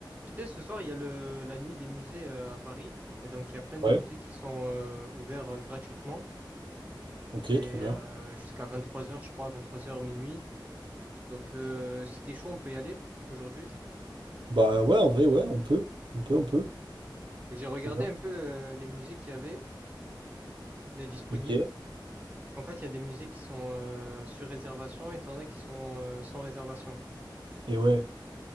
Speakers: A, on the right; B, on the right.
A: Tu sais, ce soir, il y a le, la nuit des musées euh, à Paris. Et donc, il y a plein de
B: Ouais,
A: musées qui sont euh, ouverts euh, gratuitement.
B: ok,
A: Et
B: trop bien.
A: euh, jusqu'à 23h, je crois, 23h minuit. Donc, euh, si t'es chaud, on peut y aller aujourd'hui.
B: Bah ouais, en vrai, ouais, on peut. On peut, on peut.
A: J'ai regardé
B: Trop bien.
A: un peu euh, les musées qu'il y avait de disponibles.
B: Ok.
A: Parce qu'en fait, il y a des musées qui sont euh, sur réservation et t'en as qui sont euh, sans réservation.
B: Et ouais,